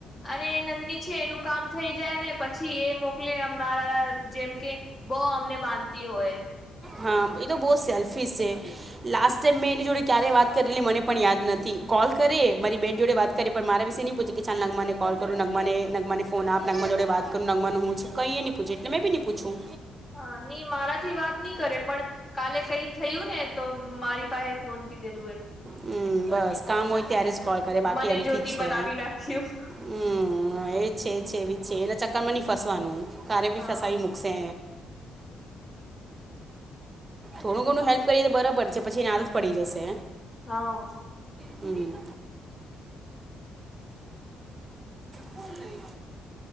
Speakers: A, on the left (about 30°); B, on the right (about 30°).
A: અને નંદની છે એનું કામ થઈ જાય ને પછી એ મોકલી મારા જેમ કે બહ અમને માનતી હોય
B: હા એ તો બહુ જ સેલ્ફીસ છે લાસ્ટ ટાઈમ મેં એની જોડે ક્યારેય વાત કરલી મને પણ યાદ નથી કોલ કરે મારી બેન જોડે વાત કરે પણ મારા વિશે નહી પૂછે કે ચાલ નગમાને કોલ કરું નગમાને નગમાને ફોન આપ નગ જોડે વાત કર નાગવાનું હું કઈ નહી પૂછું એટલે મેં બીહી પૂછું
A: હા નઈ મારાથી વાત નહી કરે પણ કાલે કઈ થયું ને તો મારી પાસે ફોન કીધે
B: હમ બસ કામ હોય ત્યારે કોલ કરે બાકી
A: મને
B: એમથી
A: જ્યોતિ
B: જ છે
A: બનાવી નાખ્યું
B: હમ એજ છે છે બી છે એના ચક્કર માં નહી ફસવાનું કારે બી
A: હા
B: ફસાવી મૂકશે થોડું ઘણું હેલ્પ કરીએ તો બરાબર છે પછી એની આદત પડી જશે
A: હા
B: હમ કો નહી